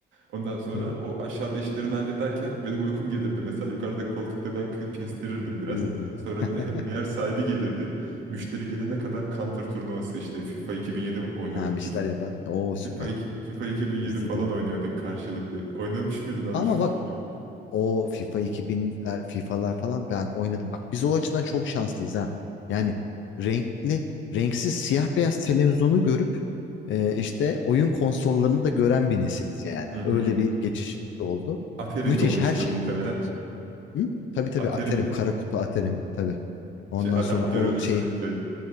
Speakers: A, on the right (about 75°); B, on the left (about 75°).
A: Ondan sonra
B: Evet.
A: o aşağıda işlerini hallederken benim uykum gelirdi mesela. Yukarıdaki koltukta ben kı- kestirirdim biraz.
B: Buyurdum diye.
A: Sonra
B: <laughs>
A: di- <laughs> diğer sahibi gelirdi.
B: Evet.
A: Müşteri gelene kadar Counter turnuvası işte FIFA 2007 oynuyorduk
B: Ha, bir şeyler
A: biz.
B: yapar. Oo süper.
A: FIFA, iki- FIFA 2007
B: Bizde
A: falan
B: de öyle.
A: oynuyorduk karşılıklı. Oynamış mıydın abi
B: Ama
A: şu FIFA
B: bak
A: 2007?
B: o FIFA 2000'ler, FIFA'lar falan ben oynadım. Bak biz o açıdan çok şanslıyız ha. Yani renkli, renksiz siyah beyaz televizyonu görüp e, işte oyun konsollarını da gören bir nesiliz yani.
A: Hı hı.
B: Öyle bir geçişimiz oldu.
A: Aterin'de
B: Müthiş
A: olmuştur
B: her şeyi
A: muhtemelen.
B: gördük biz. Hı? Tabii tabii
A: Aterin
B: Aterim, kara kutu atarım tabii.
A: <laughs>
B: Ondan
A: şey adaptörü
B: sonra o
A: ısınınca.
B: şey